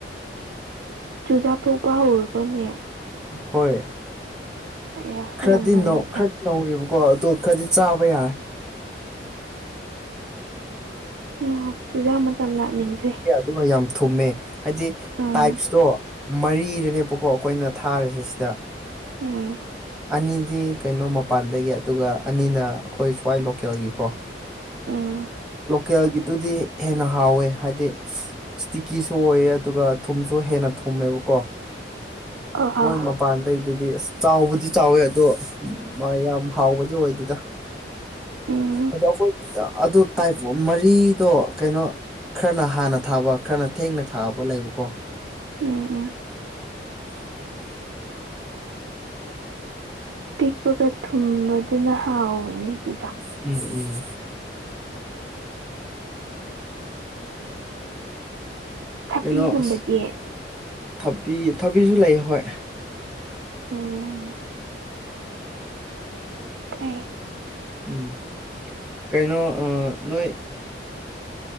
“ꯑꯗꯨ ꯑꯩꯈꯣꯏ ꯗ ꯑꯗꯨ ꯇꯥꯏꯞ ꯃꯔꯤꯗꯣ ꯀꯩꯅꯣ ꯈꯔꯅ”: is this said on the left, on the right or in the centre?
Centre